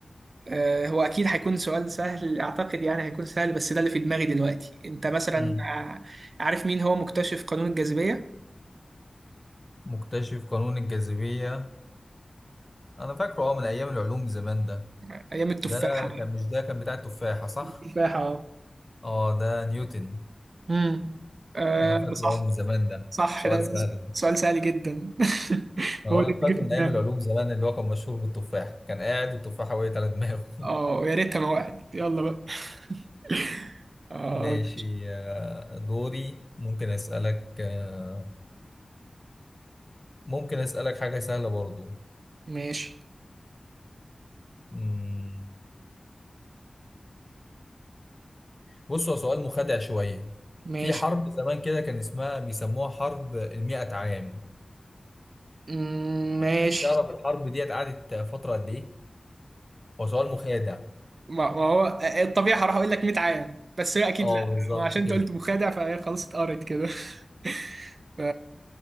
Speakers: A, on the right; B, on the left.
A: آه، هو اكيد هيكون سؤال سهل اعتقد يعني هيكون سهل بس ده اللي في دماغي دلوقتي انت مثلا
B: امم
A: ع- عارف مين هو مكتشف قانون الجاذبية
B: مكتشف قانون الجاذبية أنا فاكره أه من أيام العلوم زمان ده
A: ايام التفاحة
B: ده كان مش ده كان بتاع التفاحة صح؟
A: التفاحة اه
B: أه ده نيوتن
A: امم آه،
B: أنا فاكره
A: صح
B: أه من زمان ده
A: صح
B: سؤال
A: ده
B: سهل
A: سؤال سهل جدا <laughs>
B: هو
A: هو اللي
B: أنا
A: جه
B: فاكر
A: في
B: من
A: دماغي
B: ايام العلوم زمان اللي هو كان مشهور بالتفاح كان قاعد والتفاحه وقعت على دماغه
A: اه
B: <laughs>
A: يا ريتها ما وقعت يلا بقى <laughs> اه
B: ماشي آه، دوري ممكن اسالك آه، ممكن اسالك حاجه سهله برضو
A: ماشي
B: مم، بص هو سؤال مخادع شويه
A: ماشي
B: في حرب زمان كده كان اسمها بيسموها حرب المئة عام
A: مم، ماشي
B: تعرف الحرب ديت قعدت فتره قد ايه هو سؤال مخادع
A: ما ما هو الطبيعي هروح اقول لك 100 عام بس هي اكيد
B: اه
A: لا
B: بالظبط
A: ما عشان
B: كده
A: انت قلت مخادع فهي خلاص اتقرت كده <laughs> ف